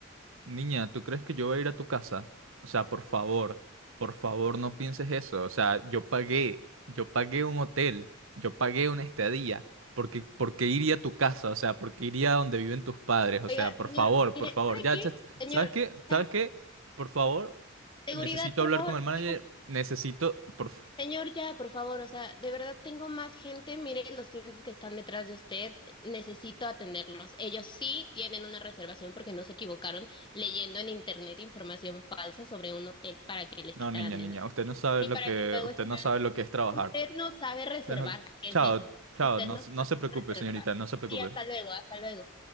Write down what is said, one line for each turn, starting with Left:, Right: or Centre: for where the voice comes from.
Right: Niña, ¿tú crees que yo voy a ir a tu casa? O sea, por favor, por favor no pienses eso. O sea, yo pagué, yo pagué un hotel, yo pagué una estadía. ¿Por qué, por qué iría a tu casa? O sea, ¿por qué iría a donde viven tus padres? O
Left: Oiga,
Right: sea, por
Left: señor,
Right: favor,
Left: mire,
Right: por favor.
Left: ¿sabe
Right: Ya,
Left: qué?
Right: ya,
Left: Señor,
Right: ¿sabes qué? ¿Sabes
Left: ya,
Right: qué? Por favor,
Left: seguridad,
Right: necesito
Left: por
Right: hablar
Left: favor,
Right: con el manager.
Left: oigan,
Right: Necesito, por... f-
Left: Señor, ya, por favor, o sea, de verdad tengo más gente. Mire los clientes que están detrás de usted. Necesito atenderlos. Ellos sí tienen una reservación porque no se equivocaron leyendo en internet información falsa sobre un hotel para que les
Right: No,
Left: quitaran
Right: niña, niña,
Left: dinero.
Right: usted no sabe
Left: Y
Right: lo
Left: para
Right: que,
Left: que luego
Right: usted
Left: estuvieran
Right: no sabe lo que es trabajar.
Left: Usted no sabe reservar.
Right: Usted no-
Left: ¿Qué
Right: Chao,
Left: es eso?
Right: chao,
Left: Usted
Right: no,
Left: no
Right: no
Left: sabe
Right: se preocupe,
Left: reservar.
Right: señorita, no se preocupe.
Left: Sí, hasta luego, hasta luego.